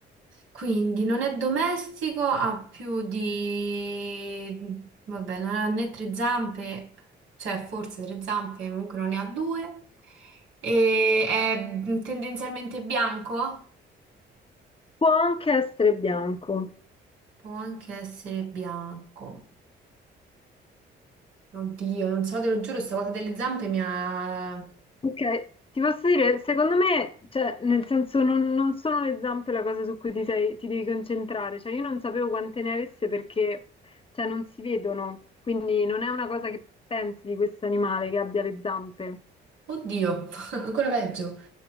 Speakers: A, on the right (about 85°); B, on the left (about 25°).
A: quindi non è domestico, ha più di... Vabbè, non ha né tre zampe, cioè forse tre zampe, comunque non ne ha due. E è tendenzialmente bianco?
B: può anche essere bianco.
A: Può anche essere bianco. Oddio, non so, te lo giuro, sta cosa delle zampe mi ha...
B: Ok, ti posso dire, secondo me, cioè, nel senso, non, non sono le zampe la cosa su cui ti, sei- ti devi concentrare. Cioè, io non sapevo quante ne avesse perché, cioè, non si vedono, quindi non è una cosa che pensi di questo animale che abbia le zampe.
A: Oddio, <laughs> ancora peggio.